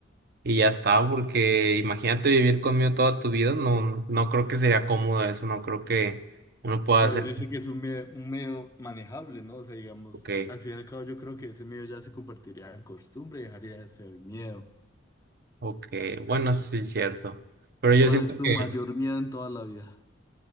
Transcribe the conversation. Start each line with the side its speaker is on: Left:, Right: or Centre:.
Right: Y ya está, porque imagínate vivir conmigo toda tu vida, no, no creo que sería cómodo eso, no creo que uno pueda
Left: Pero
Right: hacer.
Left: dice que es un miedo, un miedo manejable, ¿no? O sea, digamos,
Right: Ok,
Left: al fin y al cabo yo creo que ese miedo ya se convertiría en costumbre y dejaría de ser miedo.
Right: ok, bueno, eso sí es cierto. Pero yo
Left: ¿Cuál
Right: siento
Left: es tu
Right: que,
Left: mayor miedo en toda la vida?